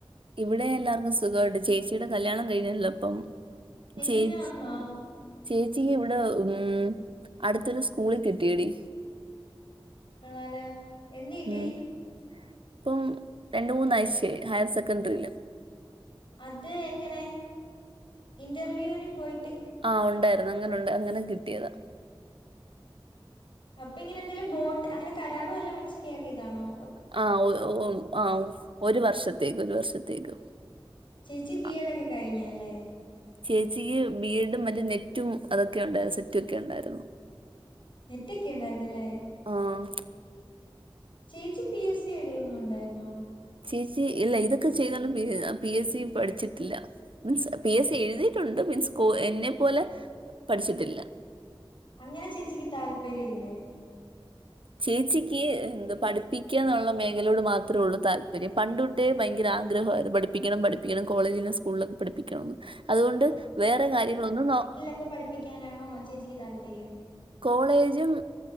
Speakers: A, on the right (about 70°); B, on the left (about 60°).
A: ഇവിടെ എല്ലാർക്കും സുഖായിട്ട് ചേച്ചിടെ കല്യാണം കഴിഞ്ഞല്ലോ പ്പം ചേച്ചി
B: പിന്നെ വന്നോ
A: ചേച്ചിക്ക് ഇവിടെ ഉം അടുത്തൊരു സ്കൂളിൽ കിട്ടിയെടി
B: കൊള്ളാലോ എന്ന് കിട്ടി
A: ഉം പ്പം രണ്ട് മൂന്നാഴ്ചയായി ഹയർ സെക്കൻഡറി
B: അത് എങ്ങനെ ഇന്റർവ്യൂന് പോയിട്ട്
A: ആഹ് ഉണ്ടായിരുന്നു അങ്ങനെ ഉണ്ട് അങ്ങനെ കിട്ടിയത
B: അപ്പ ങ്ങനെന്തേലും ബോണ്ട് അങ്ങനെ കരാറ് വല്ലോം വെച്ച് കേറിയതാണോ
A: ആ ഒ ഒ ആ ഒരു വർഷത്തേക്ക് ഒരു വർഷത്തേക്ക്
B: ചേച്ചി ബി
A: ആ,
B: എഡോക്കെ കഴിഞ്ഞ അല്ലേ
A: ചേച്ചിക്ക് ബീഎഡും മറ്റ് നെറ്റും അതൊക്കെ ഉണ്ടായിരുന്നു സെറ്റൊക്കെ ഉണ്ടായിര്ന്നു
B: നെറ്റൊക്കെ ണ്ടായിരുന്നുലേ
A: ആഹ്
B: ചേച്ചി പി എസ് സി എഴുതുന്നുണ്ടായിരുന്നോ
A: ചേച്ചി ഇല്ല ഇതൊക്കെ ചെയ്തോണ്ട് പിന്നെ പി എസ് സി പട്ച്ച് ട്ട് ല്ല മീൻസ് പി എസ് സി എഴുതിയിട്ടുണ്ട് മീൻസ് കോ എന്നെ പോലെ പഠിച്ചിട്ടില്ല
B: അങ്ങനെ ചേച്ചിക്ക് താല്പര്യ ഇല്ലേ
A: ചേച്ചിക്ക് എന്ത് പഠിപ്പിക്ക ന്ന്ള്ള മേഖലയോട് മാത്രേ ഒള്ളൂ താല്പര്യം പണ്ടു ട്ടെ ഭയങ്കര ആഗ്രഹരുന്നു പഠിപ്പിക്കണം പഠിപ്പിക്കണം കോളേജിലും സ്കൂളിലൊക്കെ പഠിപ്പിക്കണംന്ന്. അതുകൊണ്ട് വേറെ കാര്യങ്ങളൊന്നും നോ
B: ക്കെ പഠിപ്പിക്കാനാണോ ചേച്ചിക്ക് താല്പര്യം
A: കോളേജും